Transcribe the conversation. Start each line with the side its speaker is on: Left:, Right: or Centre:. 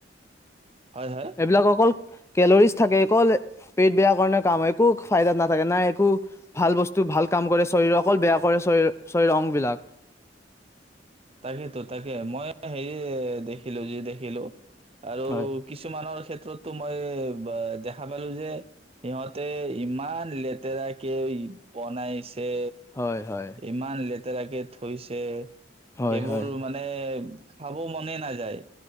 Right: হয় হয়
Left: এইবিলাক অকল কেলৰিজ থাকে অকল পেট বেয়া কাৰণে কাম হয় একো ফাইদাত নাথাকে নাই একো ভাল বস্তু ভাল কাম কৰে শৰীৰ অকল বেয়া কৰে শৰীৰ অংবলাক
Right: তাকেইেতো তাকে মই হেৰি দেখিলো যি দেখিলো আৰু
Left: হয়
Right: কিছুমানৰ ক্ষেত্ৰ ক্ষেত্ৰতো মই দেখা পালো যে সিহঁতে ইমান লেতেৰাক কেে বনাইছে
Left: হয় হয়
Right: ইমান ল তেৰাকে থৈছে
Left: হয়
Right: সেইবোৰ
Left: হয়
Right: মানে খাব মনেই নাযায়